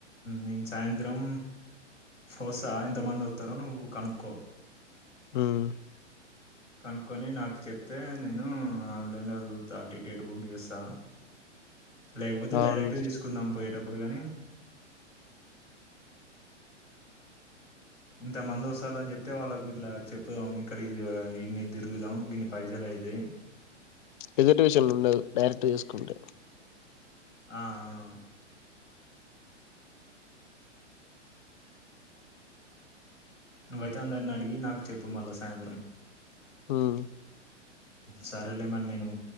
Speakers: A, on the left; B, on the left.
A: నేను సాయంత్రం వస్తా ఎంత మంది వత్తరో నువ్వు కనుక్కో
B: ఉమ్
A: కనుక్కొని నాకు చెప్తే నేను ఆన్లైన్లో చూతా టికెట్ బుక్ చేస్తా లేకపోతే
B: అవును
A: డైరెక్ట్ తీసుకుందాం పోయేటప్పుడు గాని ఇంత మంది వస్తాలని చెప్తే వాళ్ళకు ఇట్లా చెప్పుదాం ఇక్కడి ఇది ఇన్ని తిరుగుదాం గిన్ని పైసలు అయితాయి
B: ఎదుటి విషయంలో ఉండవు డైరెక్ట్ తిసుకుంటే
A: ఆ ఆ నువ్వైతే అందరిని అడిగి నాకు చెప్పు మళ్ళా సాయంత్రం
B: ఉమ్
A: సరేలేమని నేను